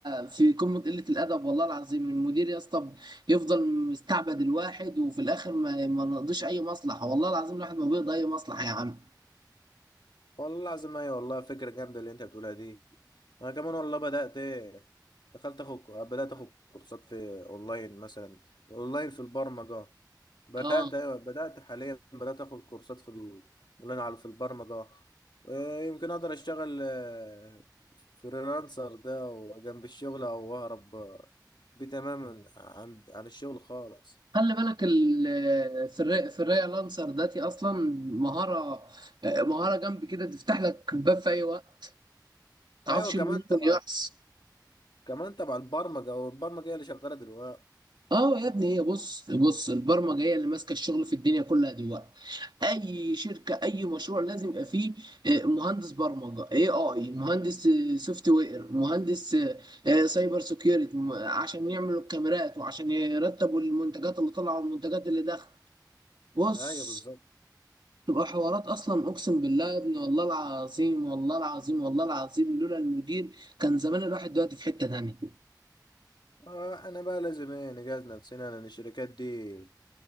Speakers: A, on the right (about 80°); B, on the left (about 75°).
A: في قمة قلة الأدب والله العظيم المدير يا اسطى يفضل مستعبد الواحد وفي الآخر ما ما نقضيش أي مصلحة والله العظيم الواحد ما بيقضي أي مصلحة يا عم
B: والله العظيم ايوه والله فكره جامده اللي انت بتقولها دي انا كمان والله بدات ايه دخلت اخد بدات اخد كورسات في اونلاين مثلا اونلاين في البرمجه بدأت
A: اه
B: أيوة بدأت حاليا بدأت آخد كورسات في ال- أونلاين على في البرمجة آه، يمكن أقدر أشتغل آه، فريلانسر ده وجنب الشغل أو أهرب آه، بيه تماما عن عن الشغل خالص
A: خلي بالك ال- في الري في الري لانسر داتي أصلا مهارة مهارة جنب كده تفتح لك باب في أي وقت ما
B: أيوة
A: تعرفش
B: كمان
A: اللي ممكن
B: تبع
A: يحصل
B: كمان تبع البرمجة والبرمجة هي اللي شغالة دلوقتي
A: اه يا ابني هي بص بص البرمجه هي اللي ماسكه الشغل في الدنيا كلها دلوقتي اي شركه اي مشروع لازم يبقى فيه آه، مهندس برمجه اي اي مهندس سوفت وير مهندس آه، آه، سايبر سيكيورتي م- عشان يعملوا الكاميرات وعشان يرتبوا المنتجات اللي طالعه والمنتجات اللي داخله بص
B: أيوة بالظبط
A: تبقى حوارات اصلا اقسم بالله يا ابني والله العظيم والله العظيم والله العظيم لولا المدير كان زمان الواحد دلوقتي في حته تانيه
B: آه، أنا بقى لازم إيه نجهز نفسنا لأن الشركات دي